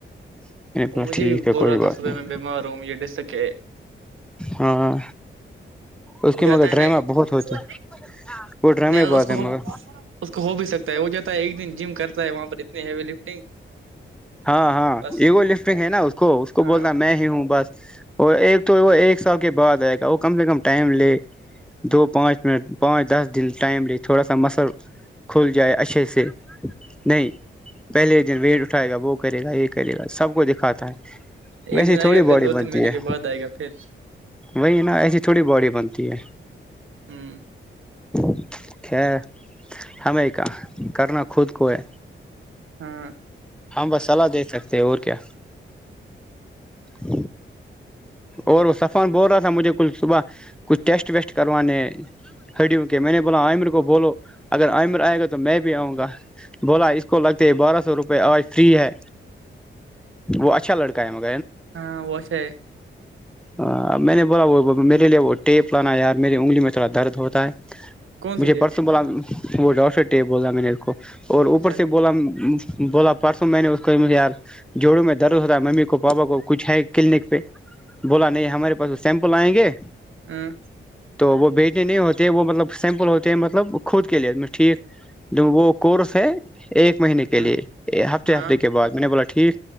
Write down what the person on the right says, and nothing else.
مجھے
بھی بول
رہا
تھا صبح
میں بیمار ہوں یہ ڈس سکے
ہو جاتا
ہے نہیں
نہیں اس
کو
اس کو ہو بھی سکتا ہے وہ جاتا ہے ایک دن جم کرتا ہے وہاں پہ ہیوی لفٹنگ
بس
ہاں
ایک
دن آئے
گا پھر
دو
تین مہینے
کے بعد آئے گا پھر
ہ
ہاں
ہاں وہوش ہے
کون
سی ٹیپ
اچھا اچھا
ہاں
ہاں
ہاں